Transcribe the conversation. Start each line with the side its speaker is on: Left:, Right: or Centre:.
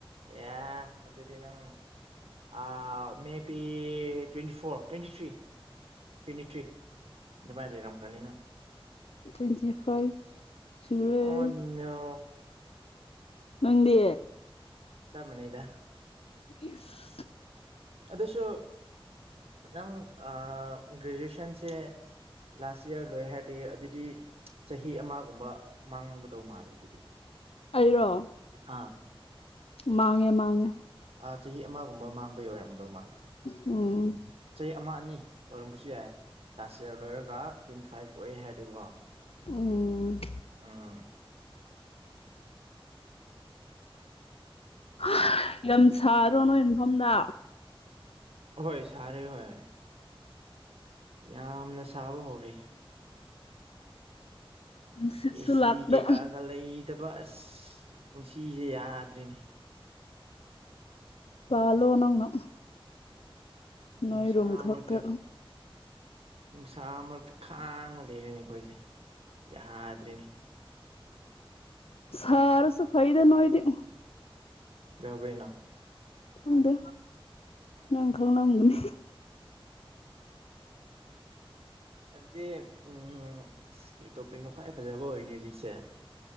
Right: ꯑꯦ ꯑꯗꯨꯗꯤ ꯅꯪ ꯑꯥ maybe twenty four twenty three twenty three ꯑꯗꯨꯃꯥꯏ ꯂꯩꯔꯝꯒꯅꯤ ꯅꯪ
Left: ꯇ꯭ꯋꯦꯟꯇꯤ ꯐꯥꯏꯚ ꯁꯨꯔꯦ
Right: ꯑꯣ ꯅꯣ
Left: ꯅꯪꯗꯤ
Right: ꯆꯞ ꯃꯥꯟꯅꯩꯗ
Left: <unintelligible>
Right: ꯑꯗꯨꯁꯨ ꯅꯪ ꯑꯥ ꯒ꯭ꯔꯦꯖꯨꯁꯟꯁꯦ ꯂꯥꯁ ꯏꯌꯔ ꯂꯣꯏ ꯍꯥꯏꯔꯗꯤ ꯑꯗꯨꯗꯤ ꯆꯍꯤ ꯑꯃꯒꯨꯝꯕ ꯃꯥꯡꯒꯗꯧ ꯃꯥꯜꯂꯦ ꯑꯗꯨꯗꯤ
Left: ꯑꯩꯔꯣ
Right: ꯑꯥ
Left: ꯃꯥꯥꯡꯉꯦ ꯃꯥꯥꯡꯉꯦ
Right: ꯑꯥ ꯆꯍꯤ ꯑꯃꯒꯨꯝꯕ ꯃꯥꯡꯕꯩ ꯑꯣꯏꯔꯝꯗꯧ ꯃꯥꯜꯂꯦ
Left: ꯎꯝ
Right: ꯆꯍꯤ ꯑꯃ ꯑꯅꯤ ꯑꯣꯏꯔꯝꯕꯁꯨ ꯌꯥꯏ ꯂꯥꯁ ꯌꯔ ꯂꯣꯏꯔꯒ ꯇ꯭ꯋꯦꯟꯇꯤ ꯐꯥꯏꯚ ꯑꯣꯏꯌꯦ ꯍꯥꯏꯔꯗꯤꯀꯣ
Left: ꯎꯝ
Right: ꯎꯝ
Left: ꯍꯥ ꯌꯥꯝ ꯁꯥꯗꯔꯣ ꯅꯣꯏ ꯃꯐꯝꯗ
Right: ꯍꯣꯏ ꯁꯥꯔꯦ ꯍꯣꯏ ꯌꯥꯝꯅ ꯁꯥꯕ ꯍꯧꯔꯦ
Left: ꯅꯨꯡꯁꯤꯠꯁꯨ
Right: ꯑꯦꯁꯤ
Left: ꯂꯥꯛꯇꯦ
Right: ꯀꯩꯀꯥꯒ ꯂꯩꯇꯕ ꯑꯁ ꯄꯨꯟꯁꯤꯁꯦ ꯌꯥꯗ꯭ꯔꯦꯅꯦ
Left: ꯄꯥꯜꯂꯣ ꯅꯪꯅ
Right: ꯅꯨꯡꯁꯥ
Left: ꯅꯣꯏ ꯔꯨꯝ ꯈꯛꯇ
Right: ꯃꯔꯛꯇ ꯅꯨꯡꯁꯥ ꯃꯔꯛꯇ ꯈꯥꯡꯉ ꯂꯩꯔꯦꯅꯦ ꯑꯩꯈꯣꯏꯁꯦ ꯌꯥꯗ꯭ꯔꯦꯅꯦ
Left: ꯁꯥꯔꯁꯨ ꯐꯩꯗ ꯅꯣꯏꯗꯤ
Right: <unintelligible> ꯕꯩꯅꯣ
Left: ꯈꯪꯗꯦ ꯅꯪ ꯈꯪꯂꯝꯒꯅꯤ
Right: ꯑꯗꯨꯗꯤ ꯎꯝ ꯀꯩ ꯇꯣꯄꯤꯛꯅꯣ ꯈ꯭ꯋꯥꯏ ꯐꯖꯕ ꯑꯣꯏꯔꯅꯤ ꯍꯧꯖꯤꯛꯁꯦ